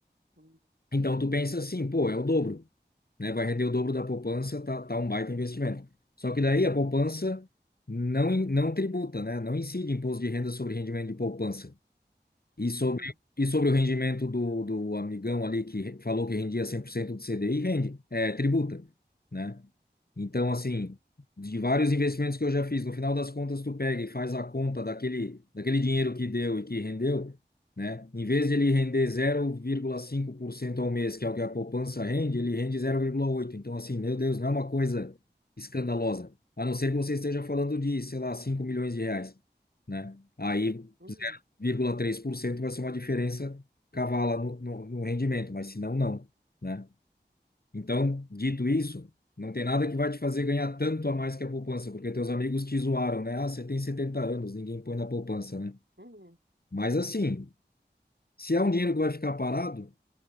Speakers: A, on the right (about 70°); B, on the left (about 55°).
A: Hum,
B: Então tu pensa assim, pô, é o dobro, né? Vai render o dobro da poupança, tá, tá um baita investimento. Só que daí a poupança não, in- não tributa, né? Não incide imposto de renda sobre rendimento de poupança. E sobre,
A: hum,
B: e sobre o rendimento do, do amigão ali que re- falou que rendia 100% do CDI, rende, é, tributa, né? Então, assim, de vários investimentos que eu já fiz, no final das contas, tu pega e faz a conta daquele, daquele dinheiro que deu e que rendeu, né? Em vez de ele render zero vírgula cinco por cento ao mês, que é o que a poupança rende, ele rende 0,8%. Então, assim, meu Deus, não é uma coisa escandalosa. A não ser que você esteja falando de, sei lá, 5 milhões de reais, né? Aí.
A: hum,
B: 0,3% vai ser uma diferença cavala no, no, no rendimento, mas se não, não, né? Então, dito isso, não tem nada que vai te fazer ganhar tanto a mais que a poupança, porque teus amigos te zoaram, né? Ah, você tem 70 anos, ninguém põe na poupança, né?
A: hum.
B: Mas assim, se é um dinheiro que vai ficar parado,